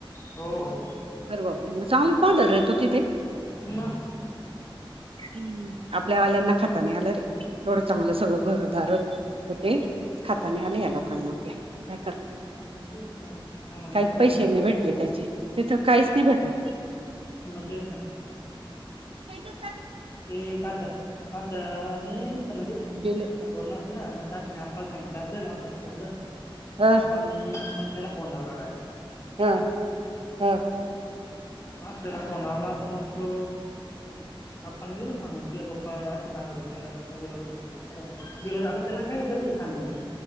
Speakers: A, on the left; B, on the right.
A: हो हो
B: अरे बापरे मग चांगलच बांधला र तो तिथे.
A: ना
B: <unintelligible> हम् आपल्या वाल्यांना खाता नाय आल रे एवढ चांगल सगळ घरदार होते. खाता
A: हम्म.
B: नाय आल या लोकांना आपल्या काय करतो?
A: हम्म, तेच ना सांगून सांगून
B: काहीच पैसे
A: दम झाला
B: नाही
A: आपला
B: भेटले त्याची तिथ काहीच नाही भेटल
A: मग तच ना.
B: ते
A: ते तात्या तात्या निआता आण. नाही म्हणजे
B: गेलं
A: कवा तक्ष बोलला अस ना मग तात्याने आप्पाला सांगितल असे अस अस झाल.
B: ह
A: आप्पांनी मग त्याला फोन लावला डायरेक
B: हो हो.
A: मग तुला फोनवला तर मग तो आपप्पाने दिल सांगून तूझे पप्पा असे सांगत होते अस अस बोलत होते. बर मग आता त्याला काय गरज आहे सांगायची?